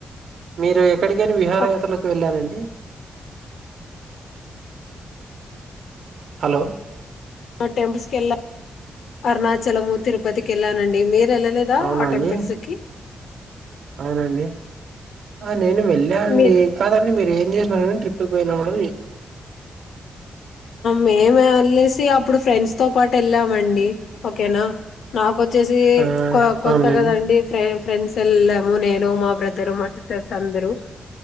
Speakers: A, on the right (about 70°); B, on the left (about 80°).
A: మీరు ఎక్కడికైనా విహారయాత్రలకు
B: ఓ-
A: వెళ్ళారండి హలో
B: టెంపుల్స్ కెళ్ళా అరుణాచలము తిరుపతి కెళ్ళానండి మీరు వెళ్ళలేదా
A: అవునండి
B: ఆ టెంపుల్స్ కి
A: అవునండి ఆ నేను వెళ్ళానండి
B: మీ
A: కాదండి మీరు ఏం చేసినా ట్రిప్కి వెళ్ళ <unintelligible>
B: మేము యెలేసి అప్పుడు ఫ్రెండ్స్ తో పాటు వెళ్ళామండి ఓకేనా నాకొచ్చేసి
A: ఆ
B: కొత్త
A: అవునండి
B: కదండి ఫ్రె ఫ్రెండ్స్ యెళ్ళాము నేను మా బ్రదరు మా సిటర్స్ అందరూ